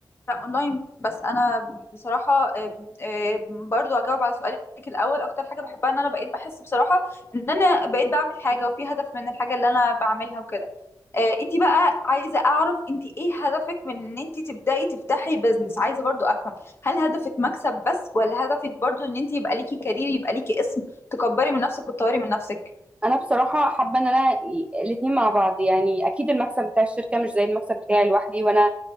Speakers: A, on the left; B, on the right.
A: اونلاين بس انا بصراحه آه، آه، برضو اجاوب على سؤالك الاول اكتر حاجه بحبها ان انا بقيت بحس بصراحه ان انا بقيت بعمل حاجه وفي هدف من الحاجه اللي انا بعملها وكده آه، انتي بقى عايزه اعرف انتي ايه هدفك من ان انتي تبداي تفتحي بزنس عايزه برضو افهم هل هدفك مكسب بس ولا هدفك برضو ان انتي يبقى ليكي كارير يبقى ليكي اسم تكبري من نفسك وتطوري من نفسك
B: انا بصراحه حابه ان انا الاتنين مع بعض يعني اكيد المكسب بتاع الشركه مش زي المكسب بتاعي لوحدي وانا